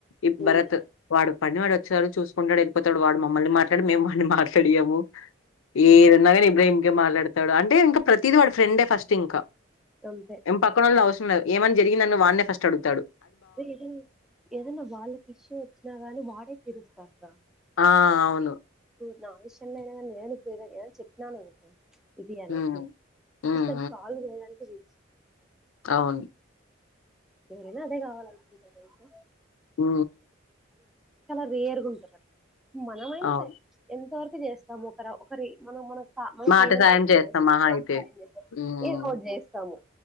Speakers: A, on the left (about 80°); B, in the centre.
A: ఈ భరత్
B: ఉమ్
A: వాడు పడిని వాడు వచ్చారుడు చూసుకుంటాడు వెళ్ళపోతడు వాడు మమ్మల్ని మాట్లాడు మేము వాడిని మాలాడియాము ఈ నాగ ఇం ఏం గేమ్ మాట్లాడతాడు అంటే ఇంకా ప్రతిదీ వాడి ఫ్రెండే ఫస్ట్ ఇంకా
B: అంతే
A: ఎం పకడో లోవుస ఏమని జరిగిందని వాడినే ఫస్ట్ అడుతాడు
B: అదే ఏదనా ఏదైనా వాళ్ళకి ఇష్యూ వచ్చినా గానీ వాడే తీరుస్తారు త
A: ఆ అవును
B: నా ఆ విషన్ నేనే పోపోయి ఏద చెక్కాకు ఇది అనేసి
A: ఉమ్, ఉమ్,
B: ఫ చల్వ్ లేడాంటేదు
A: అవున
B: మీరైనా అదే కావాల అనుకుంటారుతే
A: ఓ
B: చాల వేర్గా ఉంటారు అట్లా మనమైనస్యి
A: అవును
B: ఎంతవర చేస్తాం ఒక ఒకరి మనం మన మనం
A: మాట
B: పైనంత
A: సాయం
B: వరకు
A: చేస్తాం
B: చేస్తాము
A: మహా అయితే
B: చేా
A: ఉమ్,
B: ఏ అట్ చేస్తాము